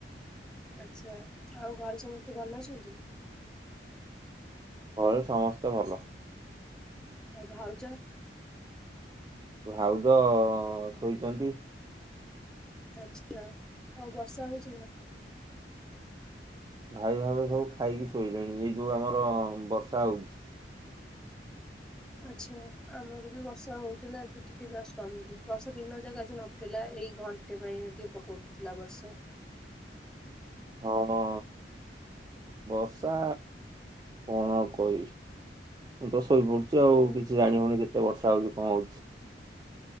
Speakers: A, in the centre; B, on the right.
A: ଆଛା ଆଉ ଘରେ ସମସ୍ତେ ଭଲ ଅଛନ୍ତି?
B: ଘରେ ସମସ୍ତେ ଭଲ।
A: ଆଉ ଭାଉଜ?
B: ଭାଉଜ ଶୋଇଛନ୍ତି।
A: ଆଛା ଆଉ ବର୍ଷା ହଉଛି ନା?
B: ଭାଇ ଭାଉଜ ସବୁ ଖାଇକି ଶୋଇଲେଣି ଏଇ ଯୋଉ ଆମର ବର୍ଷା ହଉଛି।
A: ଆଛା ଆମର ବି ବର୍ଷା ହଉଥିଲା ଏବେ ଟିକେ ଜଷ୍ଟ କମିଛି ବର୍ଷା ଦିନ ଜାଗ ଆଜି ନ ଥିଲା ଏଇ ଘଣ୍ଟେ ପାଇଁ ଟିକେ ପକଉଥିଲା ବର୍ଷା।
B: ହଁ ବର୍ଷା କଣ ଆଉ କହିବି। ମୁଁ ତ ଶୋଇପଡୁଛି
A: ହୁଁ
B: ଆଉ କିଛି ଜାଣିହଉନି କେତେ ବର୍ଷା ହଉଛି କଣ ହଉଛି।